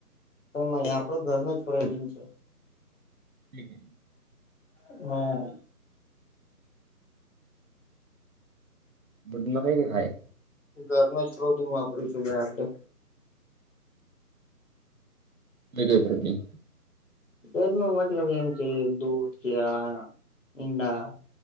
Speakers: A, on the left (about 50°); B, on the right (about 60°).
A: તો નહી આપડો ઘરનું જ પ્રોટીન છે.
B: લક.
A: હમ.
B: પ્રોટીનમાં કઈ કઈ ખાય
A: ઘરમાં થો. શુંાઈ આપડણે.
B: વિજય પ્રભ.
A: ઘર ન મતલબ એમ કે દૂધ કે ઈંડા.